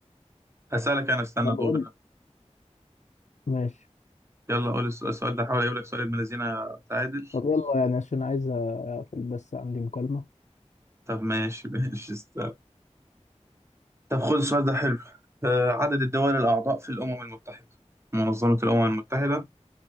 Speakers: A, on the right (about 20°); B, on the left (about 75°).
A: هسالك انا استنى
B: ما بقول
A: دور أنا.
B: ماشي
A: يلا قول السؤال السؤال ده حاول اجيب لك سؤال ابن الذين تعادل
B: طب يلا يعني عشان عايز اقفل بس عندي مكالمة
A: طب ماشي <laughs> ماشي استنى. طب خد السؤال ده حلو آه، عدد الدول الاعضاء في الامم المتحده منظمه الامم المتحده